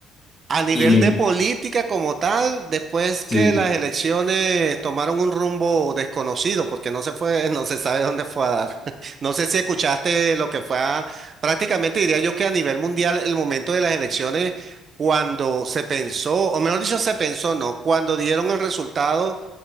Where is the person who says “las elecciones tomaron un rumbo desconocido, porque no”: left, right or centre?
Right